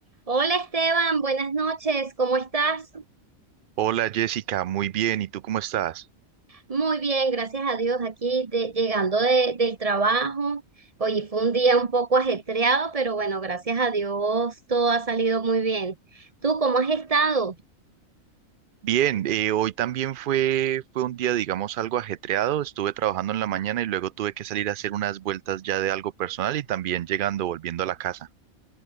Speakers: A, on the right (about 30°); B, on the right (about 70°).
A: Hola Esteban, buenas noches, ¿cómo estás?
B: Hola Jessica, muy bien. ¿Y tú cómo estás?
A: Muy bien, gracias a Dios, aquí de- llegando de- del trabajo. Hoy fue un día un poco ajetreado, pero bueno, gracias a Dios todo ha salido muy bien. ¿Tú cómo has estado?
B: Bien, eh, hoy también fue, fue un día, digamos, algo ajetreado. Estuve trabajando en la mañana y luego tuve que salir a hacer unas vueltas ya de algo personal y también llegando, volviendo a la casa.